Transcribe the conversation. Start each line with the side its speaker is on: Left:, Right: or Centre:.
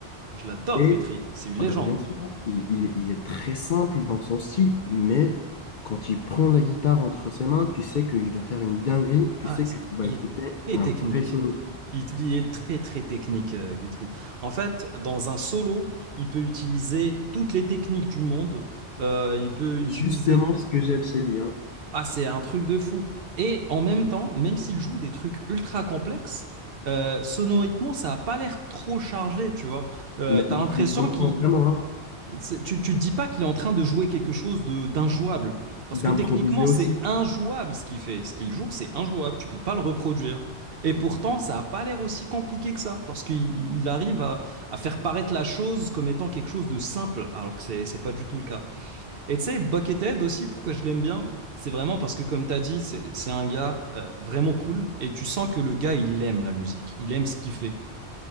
Right: Je l'adore,
Left: Et
Right: Guthrie. C'est une légende.
Left: ah bah, bien sûr, il, il- il est très simple dans son style, mais
Right: Mm.
Left: quand il prend la guitare entre ses mains, tu sais qu'il va faire une dinguerie, tu
Right: Ah,
Left: sais
Right: c'est-
Left: que tu vas
Right: il
Left: écouter
Right: est très
Left: un
Right: technique.
Left: vrai solo.
Right: Il il est très, très technique, euh, Guthrie. En fait, dans un solo, il peut utiliser toutes les techniques du monde. Euh, il peut utiliser.
Left: Justement ce que j'aime chez lui, hein.
Right: Ah, c'est un truc de fou. Et en même temps, même s'il joue des trucs ultra complexes, euh, sonoriquement, ça n'a pas l'air trop chargé, tu vois. Euh,
Left: Mais,
Right: t'as
Left: mais
Right: l'impression
Left: tu me comprends
Right: qu'il
Left: vraiment, hein,
Right: C'est- Tu, tu te dis pas qu'il est en train de jouer quelque chose de d'injouable. Parce
Left: d'improviser
Right: que techniquement,
Left: aussi.
Right: c'est injouable ce qu'il fait. Ce qu'il joue, c'est injouable. Tu peux pas le reproduire. Et pourtant, ça a pas l'air aussi compliqué que ça. Parce qu'il il- il arrive à, à faire paraître la chose comme étant quelque chose de simple. Alors que c'est c'est pas du tout le cas. Et tu sais, Buckethead aussi, pourquoi je l'aime bien, c'est vraiment parce que, comme tu as dit, c'est c'est un gars euh, vraiment cool. Et tu sens que le gars, il aime la musique. Il aime ce qu'il fait.